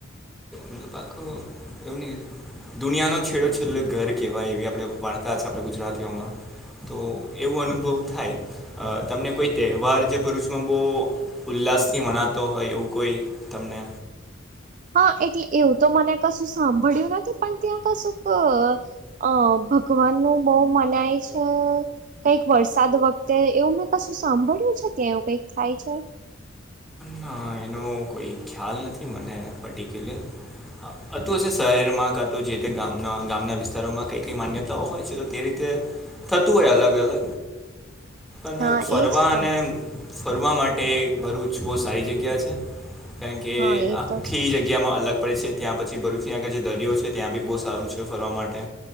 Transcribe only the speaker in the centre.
મતલબ આખો એમની દુનિયાનો છેડો છે. છેલ્લે ઘર કેહેવાય એવી આપણે વાળતા છે, આપણા ગુજરાતીઓમાં તો એવું અનુભવ થાય, તમને કોઈ તહેવાર જે ભરૂચમાં બહુ ઉલ્લાસથી મનાતો હોય એવું કોઈ તમને
પણ એનો કોઈ ખ્યાલ નથી મને પર્ટિક્યુલર હા તું અ શહેરમાં કા તો જે તે ગામના ગામના વિસ્તારોમાં કઈ કઈ માન્યતાઓ હોય છે. તો તે રીતે થતું હોય અલગ અલગ અને
ફરવા
અને
ફરવા માટે ભરૂચ બહુ સારી જગ્યા છે, કારણ કે
આખી
જગ્યા જગ્યામાં અલગ પડે છે ત્યાં પછી ભરૂચની આખળ જે દરિયો છે, ત્યાં બી બહુ સારું છે ફરવા માટે